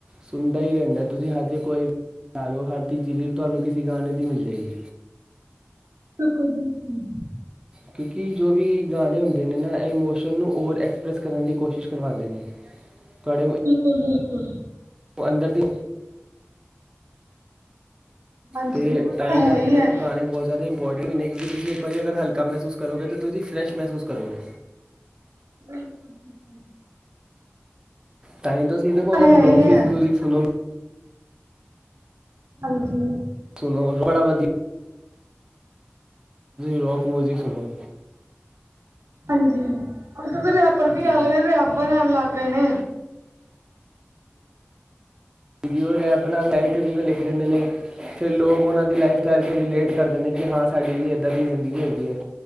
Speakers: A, on the right; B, on the right.
A: ਸੁਣਦਾ ਹੀ ਰਹਿੰਦਾ। ਤੁਸੀਂ ਹਰ ਜੇ ਕੋਈ ਵੀ ਗਾ ਲਓ ਹਰ ਚੀਜ਼ ਦੀ ਰੀਲ ਤੁਹਾਨੂੰ ਕਿਸੇ ਗਾਣੇ ਦੀ ਮਿਲ ਜਾਏਗੀ।
B: ਬਿਲਕੁਲ- ਬਿਲਕੁਲ।
A: ਕਿਉਂਕਿ ਜੋ ਵੀ ਗਾਣੇ ਹੁੰਦੇ ਨੇ ਨਾ ਇਹ ਇਮੋਸ਼ਨ ਨੂੰ ਓਰ ਐਕਸਪ੍ਰੈਸ ਕਰਨ ਦੀ ਕੋਸ਼ਿਸ਼ ਕਰਵਾਉਂਦੇ ਨੇ। ਤੁਹਾਡੇਮੈ
B: ਬਿਲਕੁਲ -ਬਿਲਕੁਲ।
A: ਉਹ ਅੰਦਰ ਦੀ
B: ਹਾਂਜੀ
A: ਤੇ
B: ਉਹ
A: ਤਾਂਈ
B: ਤਾਂ ਹੈ
A: ਕਰਕੇ
B: ਹੀ
A: ਦੇਖੋ,
B: ਹੈ
A: ਗਾਣੇ ਬਹੁਤ ਜ਼ਿਆਦਾ ਇ ਇੋਰਟਿ ਵੀ ਨਹੀਂ ਕਿਉਂਕਿ ਤੁਸੀਂ ਇੱਕ ਵ ਅਗਰ ਹਲਕਾ ਮਹਿਸੂਸ ਕਰੋਗੇ ਤਾਂਸੀਂ ਫਰੈਸ਼ ਮਹਿਸੂਸ ਕਰੋਗੇ।
B: ਬਿਲਕੁਲ -ਬਿਲਕੁਲ।
A: ਤਾਂਈ ਤਾਂ ਸ ਦੇਖੋ
B: ਹੈ
A: ਅਗ ਲੋਫੀਜ਼
B: ਹੀ ਹੈ
A: ਮਿਊਜ਼ਿਕ ਸੁਣੋ
B: ਹਾਂਜੀ।
A: ਸੁਣੋ ਬੜਾ ਵਧੀਆ। ਰੋਕ ਮਊਜ਼ਿਕ ਸੁੱਣੇ।
B: ਹਾਂਜੀ। ਰਿਆਪਰ ਵੀ
A: ਜੀ
B: ਆ ਗਏ ਨੇ, ਰਿਆਬਰ ਲੈਣ ਲੱਗ ਗਏ ਨੇ।
A: ਜਓ ਰਪੇ ਬਣਾ ਲਾਈਨ ਤੇ ਜਿਵੇਂ ਲਿਖ ਦਿੰਦੇ ਨੇ। ਫਿਰ ਲੋਕ ਉਹਨਾਂ ਦੀ ਲਾਈਫ ਸਟਾਈਲ ' ਰਿਲੇਟ ਕਰਦੇ ਨੇ ਕਿ ਹਾਂ ਸਾਡੀ ਵੀ ਇੱਦਾਂ ਦੀ ਜ਼ਿੰਦਗੀ ਹੈਗੀ ਹੈ।